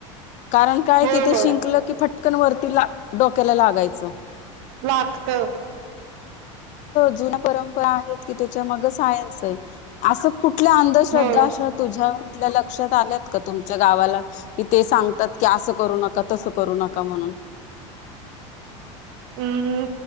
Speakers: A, on the left; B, on the right.
A: कारण काय
B: होय
A: तिथे
B: होय
A: शिंकलं की फटकन वरती डोक्याला लागायचं
B: लागतं
A: जुन्या परंपरा आहेत की त्याच्या मग सायन्स आहे असं कुठल्या अंधश्रद्धा
B: होय
A: अशा तुझ्या लक्षात आल्यात का तुमच्या गावाला येथे ते सांगतात की असं करू नका तसं करू नका म्हणून
B: हं हं.